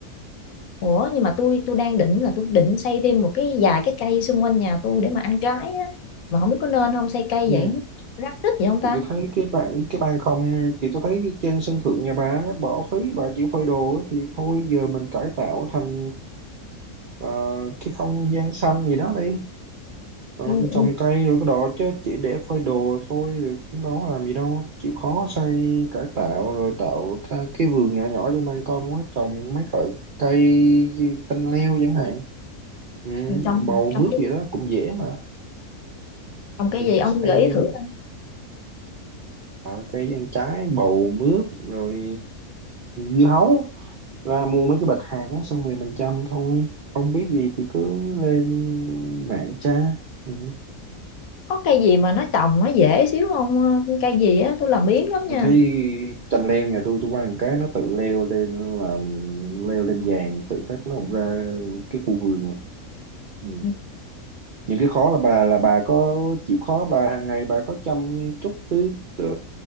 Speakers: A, on the left (about 70°); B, on the right (about 55°).
A: ủa nhưng mà tôi tôi đang định là tôi định xây thêm một cái vài cái cây xung quanh nhà tôi để mà ăn trái á mà không biết có nên không xây cây
B: ừ
A: vậy rắc rít vậy không ta
B: thì tôi thấy cái bạn cái ban không thì tôi thấy cái trên sân thượng nhà bà á, bỏ phí bà chỉ phơi đồ á, thì thôi giờ mình cải tạo thành ờ, cái không gian xanh gì đó đi Ờ,
A: Ừ,
B: trồng
A: ừ,
B: cây rồi cái đó chứ chỉ để phơi đồ thôi rồi cũng đâu có làm gì đâu chịu khó xây cải tạo rồi tạo ra cái vườn nhỏ nhỏ trên ban công á trồng mấy loại cây chanh leo chẳng hạn ừ,
A: ừ, trồng
B: bầu
A: trồng
B: mướp
A: cái
B: gì
A: trong
B: đó cũng dễ mà
A: cái
B: ừ,
A: gì ông
B: xây
A: gợi ý thử coi.
B: Ờ, cây ăn trái bầu mướp rồi dưa hấu ra mua mấy cái bịch hạt đó xong rồi mình chăm thôi không biết gì thì cứ lên mạng tra ừ.
A: có cây gì mà nó trồng nó dễ xíu không Ờ, cây gì á tôi làm biếng lắm nha
B: tôi thấy chanh leo nhà tôi tôi ăn cái nó tự leo lên làm leo lên vàng tự khắc nó cũng ra cái khu vườn mà ừ.
A: Ừ.
B: những cái khó là bà là bà có chịu khó bà hàng ngày bà có chăm chút tưới tưới